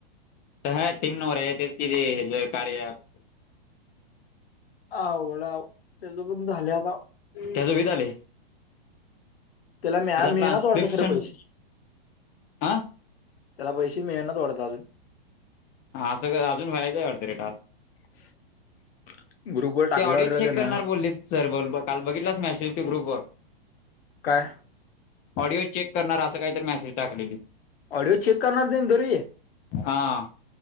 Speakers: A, on the left; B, on the left.
A: हं टीम नवर तेचं किती कार्य ॲप
B: अवघडे रांव त्यां पणं झालेता रांव
A: त्याचं भीत आले
B: त्यांला म मिळेना
A: ट्रान्स्क्रिप्शन
B: वाटते खरे पैसे
A: हा
B: त्यांला पैसे मिळत नां वडंत अजूंन
A: हं असं अजूंन व्हायचं अर्धा टास्क
B: <unintelligible> ग्रुपवर टाकला
A: ते ऑडिओ
B: रे
A: चेक
B: ना
A: करणारं बोलली सरं बोलं कांल बघितलास मॅसेज तूं ग्रुप वरं
B: कायं
A: ऑडिओ चेक करणारं असं कांहींतरी मेसेज टाकला गुप वरं
B: ऑडिओ चेक करणारं देन तरी
A: हां